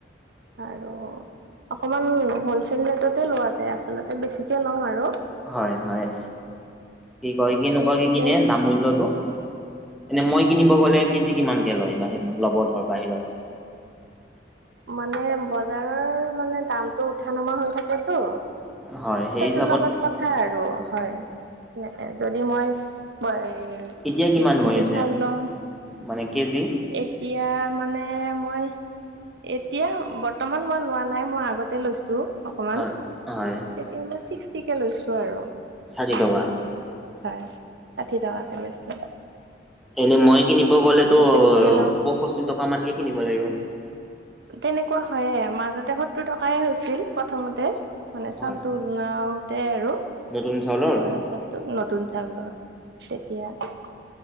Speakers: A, on the right; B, in the centre.
A: আৰু অকমান হলচেল ৰেটতে লোৱা যায় আচলতে বেছিকে লও আৰু।
B: হয়-হয় কি কয় কেনেকুৱা
A: বেছিকে
B: কি কিনে দাম মূল্যটো। এনে মই কিনিব গ'লে কেজি কিমানকে লয় বাহ লব ধৰ বাহিৰত।
A: মানে বজাৰৰ মানে দামতটো উঠা নমা হৈ থাকে তো।
B: হয়, সেই
A: সেইটোৰ
B: হিচাপত
A: লগত কথা আৰু হয়নেকে যদি মই এ
B: এতিয়া কিমান
A: বিছ
B: হৈ
A: কিলো
B: আছে
A: চাল ল‌ও।
B: মানে কেজি?
A: এতিয়া মানে মই', এতিয়া বৰ্তমান মই লোৱা নাই, মই আগতে লৈছোঁ', অকমান,
B: হয়,
A: তেতিয়া
B: হয়,
A: মই চিক্সটিকে লৈছোঁ আৰু ঠাং',
B: ষাঠি টকা।
A: তাৰমানে', হয়', ষাঠি টকাকৈ লৈছোঁ',
B: এনে মই কিনিব গলেতো
A: বেছিকে লওঁ
B: পয়ষষ্ঠি টকা মানকে কিনিব লাগিব।
A: তেনেকুৱা হয়ে মাজতে সত্তৰ টকাইে হৈছিল প্ৰথমতে মানে
B: হয়,
A: চাউলটো লাওতে আৰু
B: নতুন চাউলৰ?
A: বৰা চাউল। নতুন চাউলৰ তেতিয়া।